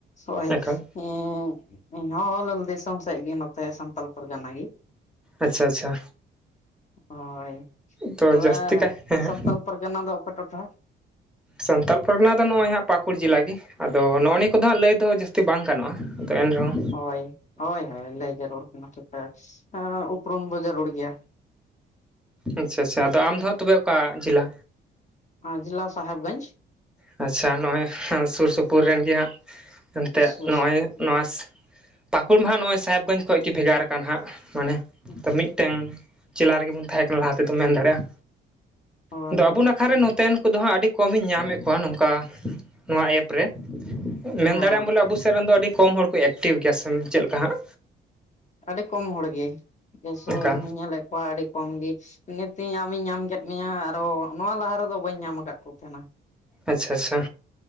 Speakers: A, on the left; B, in the centre.
A: ᱦᱳᱭ
B: ᱮᱠᱟᱞ
A: ᱦᱮᱸ ᱤᱧ ᱦᱚᱸ ᱦᱩᱞ ᱫᱤᱥᱚᱢ ᱥᱮᱫ ᱜᱮ ᱱᱚᱛᱮ ᱥᱟᱱᱛᱟᱞ ᱯᱟᱨᱜᱟᱱᱟ ᱜᱮ
B: ᱟᱪᱪᱷᱟ ᱟᱪᱪᱷᱟ
A: ᱦᱳᱭ
B: ᱛᱚ
A: ᱛᱚᱵᱮ
B: ᱡᱟᱹᱥᱛᱤ ᱠᱟᱭ ᱦᱮᱸ ᱦᱮᱸ
A: ᱥᱟᱱᱛᱟᱞ ᱯᱟᱨᱜᱟᱱᱟ ᱫᱚ ᱚᱠᱟ ᱴᱚᱴᱷᱟ
B: ᱥᱟᱱᱛᱟᱞ ᱯᱚᱨᱜᱟᱱᱟ ᱫᱚ ᱱᱚᱜᱼᱚᱭ ᱦᱟᱸᱜ ᱯᱟᱹᱠᱩᱲ ᱡᱤᱞᱟ ᱜᱮ ᱟᱫᱚ ᱱᱚᱜᱼᱚᱭ ᱱᱤᱭᱟᱹ ᱠᱚᱫᱚ ᱦᱟᱸᱜ ᱞᱟᱹᱭ ᱫᱚ ᱡᱟᱹᱥ ᱛᱤ ᱵᱟᱝ ᱜᱟᱱᱚᱜᱼᱟ ᱟᱫᱚ ᱮᱱ ᱨᱮᱦᱚᱸ
A: ᱦᱳᱭ ᱦᱳᱭ ᱦᱳᱭ ᱞᱟᱹᱭ ᱡᱟᱹᱨᱩᱲ ᱠᱟᱱᱟ ᱴᱷᱤᱠᱟᱹ ᱩᱯᱨᱩᱢ ᱫᱚ ᱡᱟᱹᱨᱩᱲ ᱜᱮᱭᱟ
B: ᱟᱪᱪᱷᱟ ᱟᱪᱪᱷᱟ ᱟᱫᱚ ᱟᱢ ᱫᱚ ᱦᱟᱸᱜ ᱛᱚᱵᱮ ᱚᱠᱟ ᱡᱤᱞᱟ
A: ᱡᱤᱞᱟ ᱥᱟᱦᱮᱵᱽᱜᱚᱸᱡᱽ
B: ᱟᱪᱪᱷᱟ ᱱᱚᱜᱼᱚᱭ ᱥᱩᱨ ᱥᱩᱯᱩᱨ ᱨᱮᱱ ᱜᱮ ᱦᱟᱸᱜ ᱮᱱᱛᱮᱜ
A: ᱥᱩᱨ
B: ᱱᱚᱜᱼᱚᱭ
A: ᱥᱩᱯᱩᱨ ᱜᱮ
B: ᱱᱚᱣᱟ ᱯᱟᱹᱠᱩᱲ ᱢᱟᱦᱟᱸᱜ ᱱᱚᱜᱼᱚᱭ ᱥᱟᱦᱮᱵᱽᱜᱚᱸᱡᱽ ᱠᱷᱚᱡ ᱜᱮ ᱵᱷᱮᱜᱟᱨ ᱟᱠᱟᱱ ᱦᱟᱸᱜ ᱢᱟᱱᱮ
A: ᱦᱳᱭ
B: ᱛᱚ ᱢᱤᱫᱴᱮᱱ ᱡᱮᱞᱟ ᱨᱮᱜᱮ ᱵᱚᱱ ᱛᱟᱦᱮᱸ ᱠᱟᱱᱟ ᱞᱟᱦᱟ ᱛᱮᱫᱚᱱ ᱢᱮᱱ ᱫᱟᱲᱮᱭᱟᱜᱼᱟ
A: ᱦᱳᱭ
B: ᱟᱫᱚ
A: ᱦᱳᱭ
B: ᱟᱵᱚ ᱱᱟᱠᱷᱟᱨᱮ ᱱᱚᱛᱮᱱ ᱩᱱᱠᱩᱫᱚ ᱦᱟᱸᱜ ᱟᱹᱰᱤ ᱠᱚᱢᱤᱧ ᱧᱟᱢᱮᱫ ᱠᱚᱣᱟ ᱱᱚᱝᱠᱟ ᱱᱚᱣᱟ ᱮᱯ ᱨᱮ ᱢᱮᱱ
A: ᱦᱮᱸ
B: ᱫᱟᱲᱮᱭᱼᱟᱢ ᱵᱚᱞᱮ ᱟᱵᱚ ᱥᱮᱫ ᱨᱮᱱ ᱫᱚ ᱟᱹᱰᱤ ᱠᱚᱢ ᱦᱚᱲ ᱠᱚ ᱮᱠᱴᱤᱵᱷ ᱜᱮᱭᱟ ᱥᱮ ᱪᱮᱫ ᱞᱮᱠᱟ ᱦᱟᱸᱜ
A: ᱟᱹᱰᱤ ᱠᱚᱢ ᱦᱚᱲ ᱜᱮ ᱡᱮᱭᱥᱮ
B: ᱚᱱᱠᱟ
A: ᱤᱧ ᱦᱚᱧ ᱧᱮᱞ ᱮᱫ ᱟᱹᱰᱤ ᱠᱚᱢ ᱜᱮ ᱤᱱᱟᱹ ᱛᱮ ᱟᱢᱤᱧ ᱧᱟᱢ ᱠᱮᱫ ᱢᱮᱭᱟ ᱟᱨ ᱦᱚ‍ᱸ ᱱᱚᱣᱟ ᱞᱟᱦᱟ ᱨᱮᱫᱚ ᱵᱟᱹᱧ ᱧᱟᱢ ᱟᱠᱟᱫ ᱠᱚ ᱛᱟᱦᱮᱸᱱᱟ
B: ᱟᱪᱪᱷᱟ ᱟᱪᱪᱷᱟ